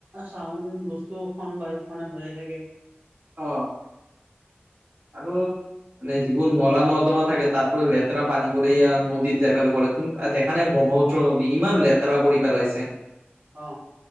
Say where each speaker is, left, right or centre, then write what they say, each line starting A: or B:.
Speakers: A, on the right; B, on the right.
A: চাউন বস্তু খন বায়ু খনে বজাই থাকে
B: অ আৰু মানে যিবোৰ নলা নৰ্দমা থাকে তাৰ পৰা লেতেৰা পানীবোৰ এইয়া নদীত যাই ফালে পৰে দেখা নাই ব্ৰহ্মপুত্ৰ নদী ইমান লেতেৰা কৰি পেলাইছে
A: অ